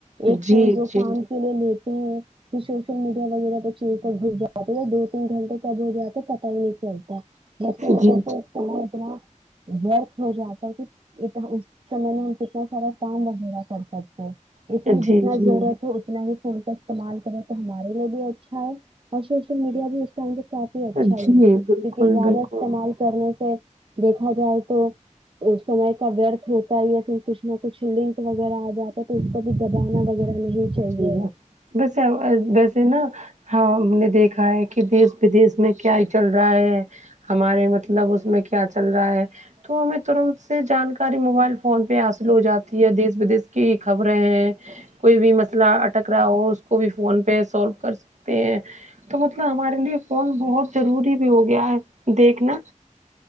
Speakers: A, on the right (about 45°); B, on the right (about 65°).
A: ایک
B: جی
A: کوئی جو
B: جی
A: کام
B: جی
A: کے لیے لیتے ہیں پھر سوشل میڈیا وغیرہ پہ چیز پر گھس جاتے ہیں دو تین گھنٹے کب ہو جاتے پتہ ہی نہیں تا جس کی وجہ
B: جی
A: سے اتنا ورک ہو جاتا ہے کہ اس سمے میں ان سے کیانا سارا کام وغیرہ کر سکتا ہے
B: جی
A: اس لیے جتنا
B: جی
A: ضرورت ہو اتنا ہی فون کا استعمال کرو تو ہمارے لیے بھی اچھا ہے اور سوشل میڈیا بھی اس ٹائم پہ کافی اچھا
B: جی
A: ہے کیونکہ
B: بالکل
A: زیادہ
B: بالکل
A: استعمال کرنے سے دیکھا جائے تو سمے کا ورتھ ہو آیا پھر کچھ نہ کچھ لنک وغیرہ آ جاتا ہے تو اس پر بھی دبانا وغیرہ نہیں
B: جی
A: چاہیے
B: بس ہے ویسے نہ ہاں ہم نے دیکھا ہے کہ دیس ودیش میں کیا چل رہا ہے ہمارے مطلب اس میں کیا چل رہا ہے تو ہمیں ترنت سے جانکاری موبائل فون پہ حاصل ہو جاتی ہے دیس ودیش کی خبریں ہیں کوئی بھی مسئلہ اٹک رہا ہو اس کو بھی فون پے سولو کر سکتے ہیں تو مطلب ہمارے لیے فون بہت ضروری بھی ہو گیا ہے دیکھنا